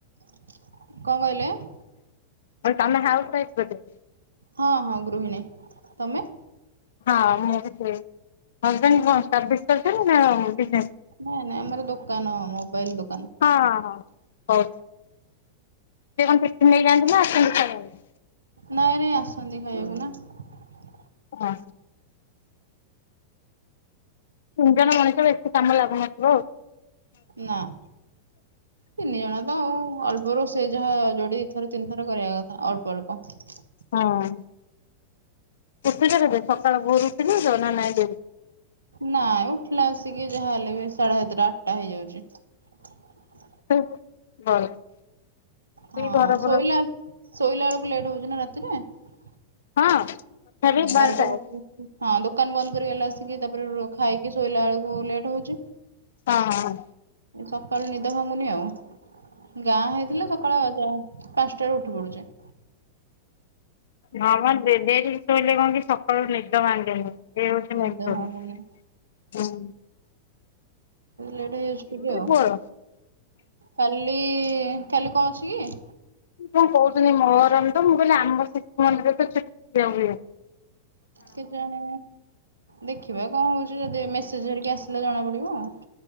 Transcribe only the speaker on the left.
ବ ତମେ ହାଉସୱାଇଫ ବୋଧେ ।
ହଁ ମୁଁ ବି ସେଇ ହଜବାଣ୍ଡ୍ କଣ ସର୍ଭିସ କରିଛନ୍ତି ନା କଣ ବିଜନେସ ।
ହଁ ହଁ ହଉ। ସେ କଣ ଟିଫିନ୍ ନେଇକି ଯାଆନ୍ତି ନା ଆସନ୍ତି ଖାଇବାକୁ ।
<inaudible> ତିନିଜଣ ମଣିଷ ବେଶୀ କାମ ଲାଗୁନଥିବ ଆଉ ।
<inaudible>
ହଁ ଉଠିଲ କେବେ ସକାଳ ଭୋରୁ ଉଠିଲ ଯ ନା ନାଇଁ ଦେ
<inaudible> ସେଇ
ଘର ଫର
ହଁ। ତଥାପି
ହଁ
ହଁ ହ।
ହଁମ ଡେରିରେ ଶୋଇିଲେ କଣ କି ସକାଳୁ ନିଦ ଭାଙ୍ଗେନି। ଏଉ
ନାଇଁ ଖବୁ
ହୁଁ।
ପୁଅର?
କଣ କହୁଥିଲି ମୋରମ ତ ମୁଁ କହିଲି ଆମର ଶିଶୁ ମନ୍ଦିରରେ ଛୁଟି ପକୁ ହୁଏ ।